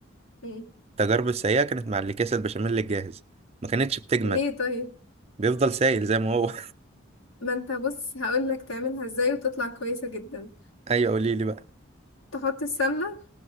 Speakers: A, on the left; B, on the right.
A: مم.
B: التجارب السيئة كانت مع اللي كيس البشاميل الجاهز ما كانتش بتجمد
A: ليه طيب
B: بيفضل سايل زي ما هو
A: ما انت بص هقولك تعملها ازاي وتطلع كويسة جدا
B: <laughs> ايوه قولي لي بقى
A: تحط السمنة